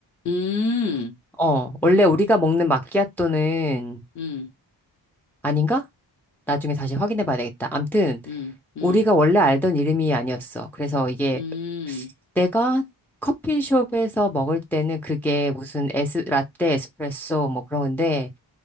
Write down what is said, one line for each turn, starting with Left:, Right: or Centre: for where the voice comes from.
Left: 음,
Centre: 어, 원래 우리가 먹는 마끼아또는
Left: 음, 음,
Centre: 아닌가? 나중에 다시 확인해 봐야 되겠다. 암튼,
Left: 음, 음.
Centre: 우리가 원래 알던 이름이 아니었어. 그래서 이게
Left: 음,
Centre: 내가 커피숍에서 먹을 때는 그게 무슨 에스, 라떼, 에스프레소 뭐 그런 건데,